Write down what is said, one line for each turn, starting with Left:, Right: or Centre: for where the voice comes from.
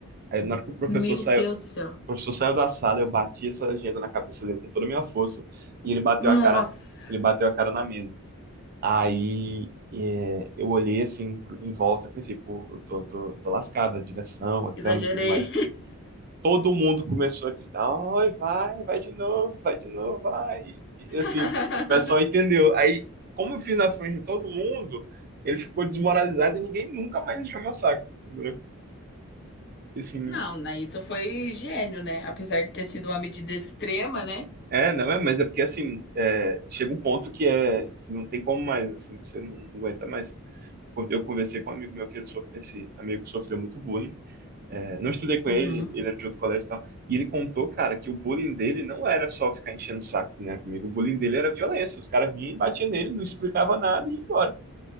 Right: Aí na hora que o professor
Left: meu
Right: saiu,
Left: Deus do céu.
Right: o professor saiu da sala, eu bati essa agenda na cabeça dele com toda a minha força e ele bateu
Left: Nossa.
Right: a cara, ele bateu a cara na mesa. Aí é, eu olhei assim pro- em volta e pensei, pô, eu tô, tô, tô lascado, a direção, a
Left: Exagerei.
Right: câmera e tudo mais. Todo mundo começou a gritar, oi, vai, vai de novo, vai de novo, vai. E
Left: <laughs>
Right: assim, o pessoal entendeu. Aí, como eu fiz na frente de todo mundo, ele ficou desmoralizado e ninguém nunca mais encheu meu saco, entendeu? E, assim,
Left: Não, daí tu foi gênio, né? Apesar de ter sido uma medida extrema, né?
Right: É, não é, mas é porque assim, é, chega um ponto que é que não tem como mais, assim, você não aguenta mais. Eu conversei com um amigo meu que ele sofre, esse amigo sofreu muito bullying. é, não estudei com
Left: Uhum.
Right: ele, ele era de outro colégio e tal. E ele contou, cara, que o bullying dele não era só ficar enchendo o saco, né, comigo. O bullying dele era violência. Os caras vinham e batiam nele, não explicava nada e ia embora.